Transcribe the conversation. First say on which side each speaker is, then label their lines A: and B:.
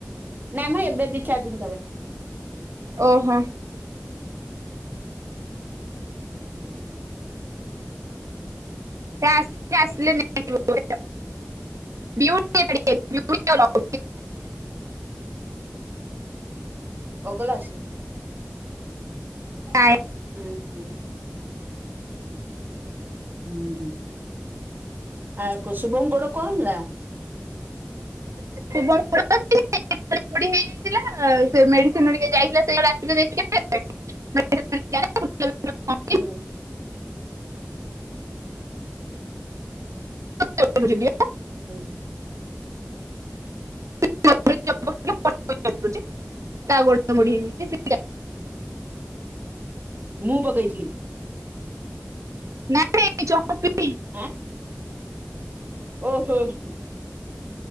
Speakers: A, on the right (about 40°); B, on the right (about 85°).
A: ନାଁ ମ ଏବେ ଦିଇ ଚାରି ଦିନ ତଳେ।
B: ଓହୋ।
A: <unintelligible> ହମ
B: <unintelligible>
A: ଅଗଲା ଆସିନି।
B: <unintelligible>
A: ହୁଁ ହୁଁ। ହୁଁ ଆ ଶୁଭ ଗୋଡ଼ କଣ ହେଲା?
B: <inaudible> ପୋଡ଼ି ହେଇଯାଇଥିଲା ସେ ମେଡିସିନ ଟିକେ ଯାଇଥିଲା ସେ ରାତିରେ ଦେଖିବା ପାଇଁ। <unintelligible>
A: ହୁଁ
B: <unintelligible>
A: ହୁଁ।
B: <unintelligible>
A: ମୁଁ ପକେଇଥିଲି।
B: ନାଇଁ ନାଇଁ <unintelligible>
A: ଆଁ। ଓହୋହ